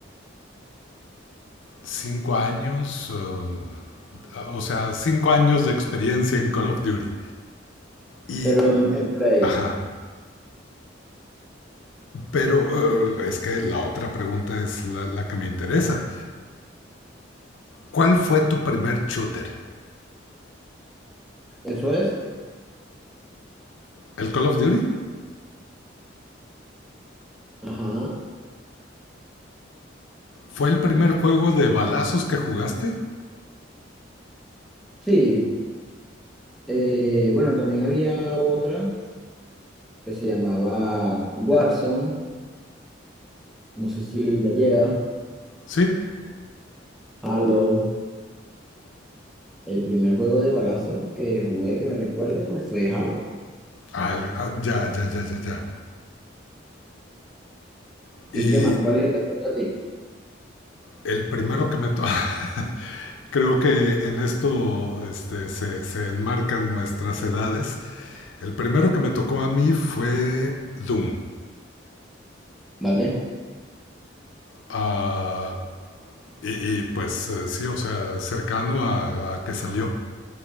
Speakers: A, on the left; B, in the centre.
A: Cinco años, eh, o sea, cinco años de experiencia en Call of Duty. Y,
B: Pero en, en Play,
A: ajá, Pero uh, es que la otra pregunta es la, la, que me interesa. ¿Cuál fue tu primer shooter?
B: eso es.
A: ¿El Call of Duty?
B: Ajá.
A: ¿Fue el primer juego de balazos que jugaste?
B: Sí. Eh, bueno, también había otra que se llamaba Warzone. No sé si le llega.
A: Sí.
B: Halo. El primer juego de balazo que jugué que me recuerdo fue Halo.
A: Ah, el, ah, ya, ya, ya, ya, ya. Y
B: ¿Y qué más? ¿Cuál es el que te gusta a ti?
A: el primero que me... to- <laughs> Creo que en esto este, se, se enmarcan nuestras edades. El primero que me tocó a mí fue Doom.
B: ¿Vale?
A: Ah, y, y, pues eh, sí, o sea, cercano a, a que salió.